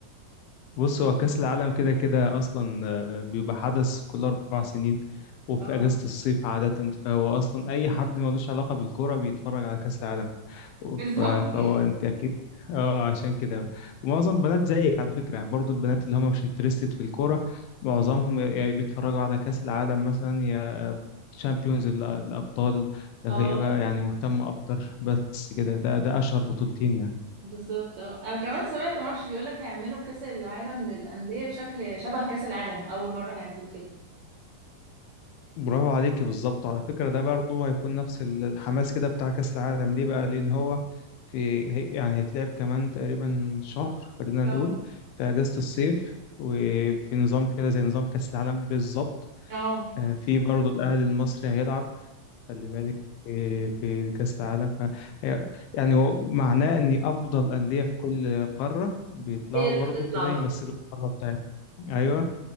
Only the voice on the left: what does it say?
بص هو كأس العالم كده كده أصلا آه، بيبقى حدث كل أربع سنين وفي
أجازة الصيف عادة فهو أصلا أي حد ملوش علاقة بالكورة بيتفرج على كأس العالم
ف-
فهو أنت أكيد <laughs> اه عشان كده ومعظم بنات زيك على فكرة يعني برضو البنات اللي هم مش انترستد في الكورة معظمهم يا- يا بيتفرجوا على كأس العالم مثلا يا تشامبيونز الأبطال لو
هي بقى يعني مهتمة أكتر بس كده ده ده أشهر بطولتين يعني
برافو عليكي بالظبط على فكرة ده برضه هيكون نفس ال- الحماس كده بتاع كأس العالم ليه بقى لأن هو في هي يعني هيتلعب كمان تقريبا شهر خلينا
نقول في أجازة الصيف وفي نظام كده زي نظام كأس العالم بالظبط
آه، في برضه الأهلي المصري هيلعب خلي بالك في في كأس العالم ف هي- يعني هو معناه إن أفضل أندية في كل قارة بيطلعوا
برضه
كده
يمثلوا القارة بتاعتهم أيوه